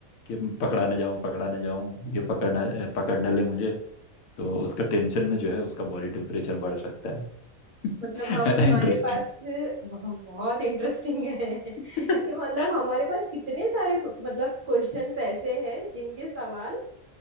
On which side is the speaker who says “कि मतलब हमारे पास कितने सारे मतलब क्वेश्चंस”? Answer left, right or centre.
Right